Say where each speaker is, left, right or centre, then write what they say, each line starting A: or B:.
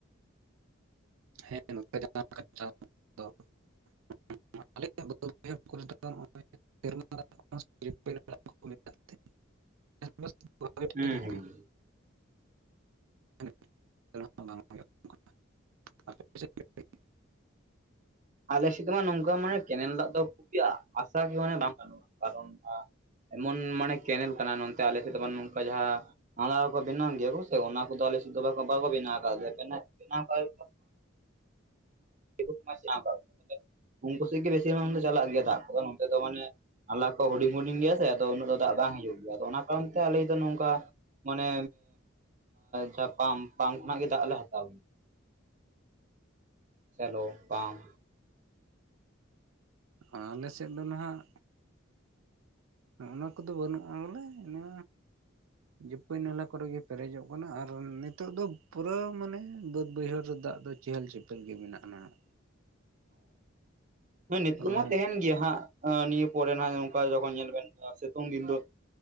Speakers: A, on the right (about 80°); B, on the right (about 40°).
A: <unintelligible> <unintelligible> <unintelligible>
B: ᱦᱩᱸᱦᱩ
A: ᱴᱷᱤᱠ ᱜᱮ ᱦᱩᱭᱩᱜ <unintelligible>
B: ᱟᱞᱮᱥᱮᱫᱢᱟ ᱱᱚᱝᱠᱟ ᱢᱟᱱᱮ ᱠᱮᱱᱮᱞ ᱫᱟᱜ ᱫᱚ ᱠᱷᱩᱵ ᱟᱥᱟ ᱜᱮ ᱢᱟᱱᱮ ᱵᱟᱝ ᱜᱟᱱᱚᱜᱼᱟ ᱠᱟᱨᱚᱱ ᱮᱢᱚᱱ ᱢᱟᱱᱮ ᱠᱮᱱᱮᱞ ᱠᱟᱱᱟ ᱱᱚᱛᱮ ᱟᱞᱮᱥᱮᱫ ᱡᱮᱢᱚᱱ ᱱᱚᱝᱠᱟ ᱡᱟᱦᱟᱸ ᱱᱟᱞᱟ ᱠᱚ ᱵᱮᱱᱟᱣ ᱜᱮᱭᱟ ᱠᱚ ᱚᱱᱟ ᱠᱚᱫᱚ ᱟᱞᱮᱥᱮᱫ ᱫᱚ ᱵᱟᱠᱚ ᱵᱮᱱᱟᱣ ᱠᱟᱫ ᱞᱮᱭᱟ ᱵᱮᱱᱟᱣ ᱟᱠᱟᱫ <unintelligible> ᱩᱱᱠᱩ ᱥᱮᱡ ᱜᱮ ᱵᱮᱥᱤᱨ ᱵᱷᱟᱜ ᱫᱚ ᱪᱟᱞᱟᱜ ᱜᱮᱭᱟ ᱫᱟᱜ ᱠᱚᱫᱚ ᱱᱚᱛᱮ ᱫᱚ ᱢᱟᱱᱮ ᱱᱟᱞᱟ ᱠᱚ ᱦᱩᱰᱤᱧ ᱦᱩᱰᱤᱧ ᱜᱮᱭᱟ ᱥᱮ ᱟᱫᱚ ᱩᱱᱟᱹᱜ ᱫᱚ ᱫᱟᱜ ᱵᱟᱝ ᱦᱤᱡᱩᱜ ᱜᱮᱭᱟ, ᱚᱱᱟ ᱠᱟᱨᱚᱱ ᱛᱮ ᱟᱞᱮ ᱫᱚ ᱱᱚᱝᱠᱟ ᱢᱟᱱᱮ ᱡᱟᱦᱟᱸ ᱯᱟᱢᱯ ᱯᱟᱢ ᱠᱷᱚᱱᱟᱜ ᱜᱮ ᱫᱟᱜ ᱞᱮ ᱦᱟᱛᱟᱣ ᱪᱟᱞᱳ ᱯᱟᱢ
A: ᱟᱞᱮ ᱥᱮᱫ ᱫᱚ ᱱᱟᱜ ᱚᱱᱟ ᱠᱚᱫᱚ ᱵᱟᱹᱱᱩᱜᱼᱟ ᱵᱚᱞᱮ ᱤᱱᱟᱹ ᱡᱟᱹᱯᱟᱹᱭ ᱱᱟᱞᱟ ᱠᱚᱨᱮ ᱜᱮ ᱯᱮᱨᱮᱡᱚᱜ ᱠᱟᱱᱟ ᱟᱨ ᱱᱤᱛᱚᱜ ᱫᱚ ᱯᱩᱨᱟᱹ ᱢᱟᱱᱮ ᱵᱟᱹᱫ ᱵᱟᱹᱭᱦᱟᱹᱲ ᱨᱮ ᱫᱟᱜ ᱫᱚ ᱪᱮᱦᱮᱞ ᱪᱮᱯᱮᱞ ᱜᱮ ᱢᱮᱱᱟᱜᱼᱟᱱᱟᱜ
B: ᱚ, ᱱᱤᱛ
A: ᱨᱚᱦᱚᱭ
B: ᱢᱟ ᱛᱟᱦᱮᱸᱱ ᱜᱮ ᱤᱭᱟᱹ ᱦᱟᱸᱜ ᱱᱤᱭᱟᱹ ᱯᱚᱨᱮ ᱱᱟᱜ ᱱᱚᱝᱠᱟ ᱡᱚᱠᱷᱚᱱ ᱧᱮᱞ ᱵᱮᱱ ᱥᱤᱛᱩᱝ ᱫᱤᱱ ᱫᱚ